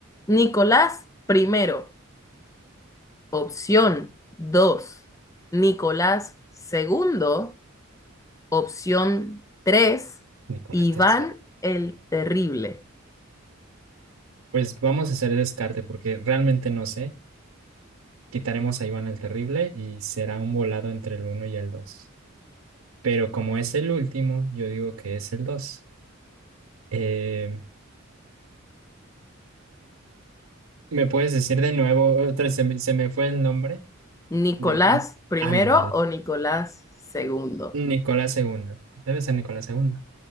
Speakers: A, on the left; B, on the right.
A: Nicolás primero. Opción 2, Nicolás segundo. Opción 3,
B: Nicolás
A: Iván
B: III.
A: el Terrible.
B: Pues vamos a hacer el descarte porque realmente no sé. Quitaremos a Iván el Terrible y será un volado entre el uno y el 2. Pero como es el último, yo digo que es el dos. Eh, ¿me puedes decir de nuevo? Otra, se me, se me fue el nombre
A: Nicolás
B: del...
A: primero
B: Ándale.
A: o Nicolás segundo.
B: Nicolás segundo. Debe ser Nicolás segundo.